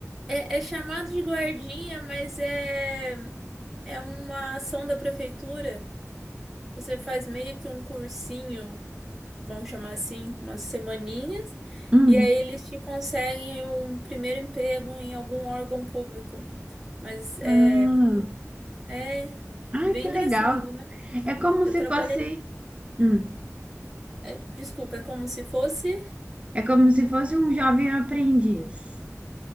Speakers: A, in the centre; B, on the right.
A: é, é chamado de guardinha, mas é, é uma ação da prefeitura. Você faz meio que um cursinho vamos chamar assim, umas semaninhas,
B: Hum.
A: e aí eles te conseguem um primeiro emprego em algum órgão público. Mas é,
B: Ah.
A: é
B: Ai,
A: bem
B: que
A: engraçado,
B: legal.
A: né?
B: É como
A: Eu
B: se
A: trabalhei.
B: fosse. Hum.
A: é, desculpa, é como se fosse
B: É como se fosse um jovem aprendiz.